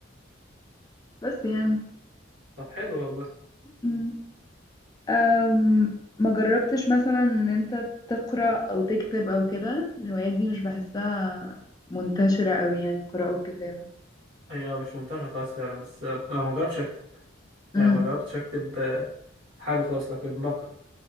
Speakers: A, on the left; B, on the right.
A: بس يعني
B: طب حلو والله
A: مم. أم ما جربتش مثلا ان انت تقرأ او تكتب او كده الهوايات دي مش بحسها منتشرة قوي يعني القراءة والكتابة
B: هي مش منتشره خالص فعلا بس آه، انا ما جربتش اكتب يعني
A: امم
B: ما جربتش اكتب آه، حاجه خالص لكن بقرا